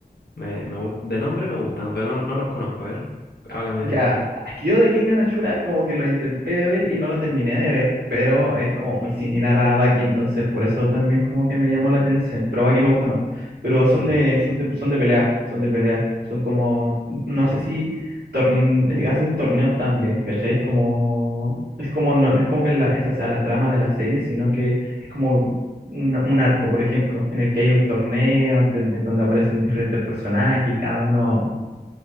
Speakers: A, on the left; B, on the right.
A: me, me, gust- de nombre me gustan, pero no, no, no los conozco. A ver, háblame
B: Ya,
A: de...
B: es que yo de Kengan Ashura como que lo intenté de ver y no lo terminé de ver, pero es como muy similar a Baki, entonces por eso también como que me llamó la atención, pero Baki me gusta más. Pero son
A: Ya.
B: de, son de, son de pelea, son de pelea, son como, no
A: como-
B: sé si torn- eh, hacen torneos también, ¿cachai? Es como, es como, no, no es como que la, esa sea la trama de la serie, sino que es como un, un arco, por ejemplo, en el que hay un torneo en en donde aparecen diferentes personajes y cada uno